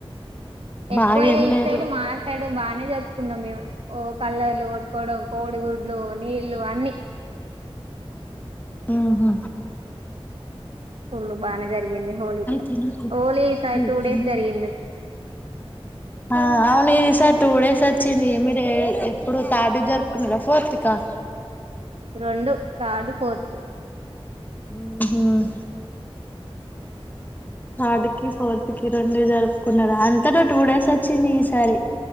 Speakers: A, on the right; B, on the left.
A: ఎక్కువ
B: బాగా ఏం
A: ఇటు
B: లేదు
A: సైడ్ మా సైడు బానే జరుపుకున్నాం మేం ఓ కలర్లు కొట్టుకోవడం కోడిగుడ్లు నీళ్ళు అన్ని
B: ఉహ్మ్
A: ఫుల్లు బానే జరిగింది హోలీ కూడ
B: తినకు
A: హోలీ
B: రాయి
A: ఈసారి టూ
B: తినకు
A: డేస్ జరిగింది
B: కొడతా ఆ అవును ఈ సార్ టూ డేస్ వచ్చింది మీరు ఎప్పుడు థర్డ్ జారుకున్నారా ఫోర్త్ క వ
A: రొండు థర్డ్ ఫోర్త్
B: ఉహ్మ్ థర్డ్ కి ఫోర్త్ కి రెండు జరుపుకున్నారు అంతట టూ డేస్ అ అచ్చింది ఈ సారి